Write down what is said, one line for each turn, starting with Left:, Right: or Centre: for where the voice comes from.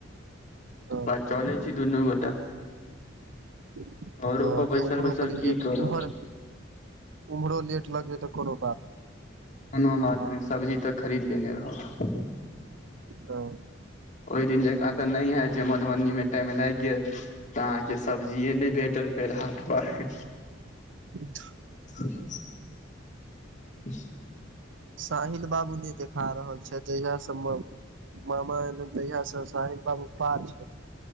Left: तऽ
Right: ह
Left: बऽ, चलै छी दुनू गोटा।
Right: हँ,
Left: घरो पर
Right: जे
Left: बैसल
Right: उमेरो
Left: बैसल
Right: करि
Left: की
Right: लिअ,
Left: करब
Right: उमेर। उम्हरो लेट लगि जायत तऽ कोनो बात नहि।
Left: कोनो बात नहि सब्जी तऽ, खरीद लेने रहौ।
Right: ह
Left: ओहि दिन जकाँ तऽ नहि होइ जे मधुबनीमे टाइम लागि गेल। तऽ अहाँके सब्जिए नहि भेटल फेर हाट पर
Right: ह <inaudible>
Left: ह <inaudible>
Right: साहिल बाबू नहि देखा रहल छथि जहिया सबमे मामा एलनि तहिया सँ साहिल बाबू पार छथि